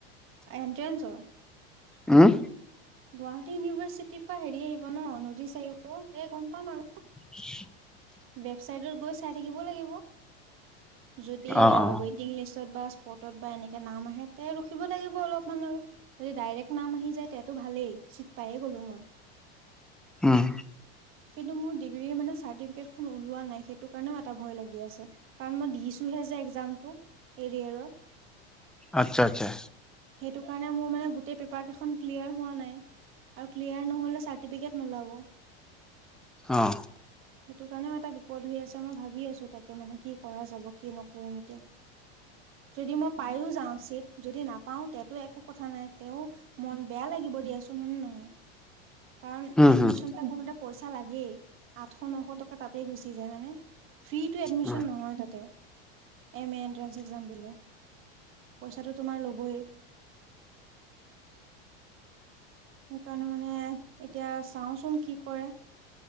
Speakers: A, on the right; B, in the centre.
A: এণ্ট্ৰেন্সৰ।
B: উম।
A: গুৱাহাটী ইউনিভাৰ্চিটিৰ পৰা হেৰি আহিব ন নটিশ আহিব <unintelligible> গম পাম আৰু।
B: <inaudible>
A: ৱেবচাইটত গৈ চাই থাকিব লাগিব যদি
B: অ',
A: এয়া
B: অ',
A: ৱেইট। ৱেটিং লিষ্টত বা স্পৰ্টত বা এনেকে নাম আহে তে ৰখিব লাগিব অলপমান আৰু। যদি ডাইৰেক্ট নাম আহি যায় তেতিয়াতো ভালেই চিট পায়ে গ'লো মই।
B: উম।
A: কিন্তু মোৰ ডিগ্ৰীৰ মানে চাৰ্টিফিকেট ওলোৱা নাই সেইটো কাৰণেও এটা ভয় লাগি আছে কাৰণ মই দিছোহে যে একজামটো। এৰিয়াৰৰ।
B: আচ্ছা আচ্ছা।
A: সেইটো কাৰণে মোৰ মানে গোটেই পেপাৰ কেইখন ক্লিয়াৰ হোৱা নাই। আৰু ক্লিয়াৰ নহলে চাৰ্টিফিকেট নোলাব।
B: অঁ।
A: সেইটো কাৰণেও এটা বিপদ হৈ আছে মই ভাবি আছো তাকে মানে কি কৰা যাব কি নকৰিম এতিয়া। যদি মই পায়ো যাওঁ চিত যদি নাপাও তেতো একো কথা নাই তেওঁ মন বেয়া লাগিব দিয়াচোন হয়নে নহয়। কাৰণ
B: হম,
A: এডমিশনটা
B: হম,
A: কৰোতে পইচা লাগেই আঠশ নশ টকা তাতেই গুচি যায় হয়নে। ফ্ৰীটো এডমিশন
B: হম,
A: নহয় তাতে এম এ এনট্ৰেঞ্চ এক্সাম দিলে। পইচাটো তোমাৰ ল'বয়ে। সেইকাৰণে মানে এতিয়া চাওচোন কি কৰে